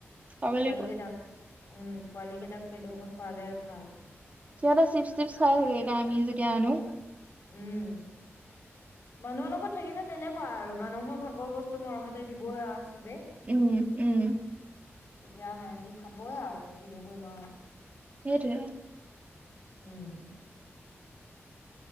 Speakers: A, on the right (about 30°); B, on the left (about 55°).
A: খাব লাগিব
B: পোৱালি কেইটাক। উম পোৱালি কেইটাক পেট- লো ঔষধ খোৱালে ভাল।
A: সিহঁতে চিপছ টিপছ খাই থাকে এতিয়া আমি যেতিয়া আনো।
B: উম মানুহৰ লগত থাকিলে তেনেকুৱা আৰু মানুহৰ ভাগৰ বস্তু মৰমতে দিবই আৰু চবে।
A: উম উম
B: তেতিয়া সেহতি খাবইে আৰু কিনো কৰিম আৰু
A: হেইটোৱে আ
B: উম